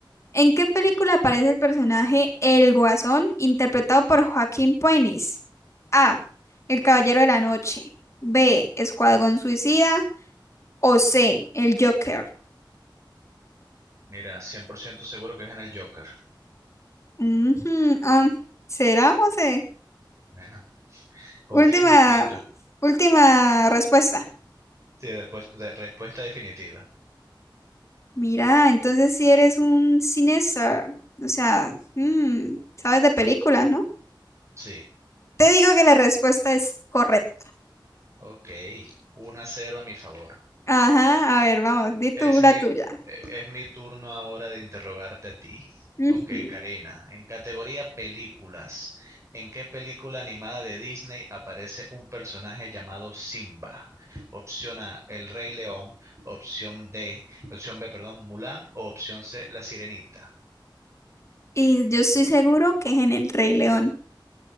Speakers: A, on the left (about 35°); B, on the right (about 35°).
A: ¿en qué película aparece el personaje El Guasón, interpretado por Joaquín Phoenix? A. El Caballero de la Noche. B. Escuadrón Suicida. O C. El Joker.
B: Mira, 100% seguro que es en el Joker.
A: Ujú, am, ¿será, José?
B: Bueno, confío
A: Última,
B: en mi instinto.
A: última respuesta.
B: Sí, después, de- respuesta definitiva.
A: Mira, entonces si eres un cineasta o sea, mm, sabes de películas, ¿no?
B: Sí.
A: Te digo que la respuesta es correcta.
B: Ok. uno a cero a mi favor.
A: Ajá, a ver, vamos, di tú
B: Es
A: la
B: mi,
A: tuya.
B: eh, es mi turno ahora de interrogarte a ti.
A: Ujú.
B: Ok, Karina, en categoría películas, ¿en qué película animada de Disney aparece un personaje llamado Simba? Opción A, El Rey León, opción D, opción B, perdón, Mulan o opción C, La Sirenita.
A: Y yo estoy seguro que es en El Rey León.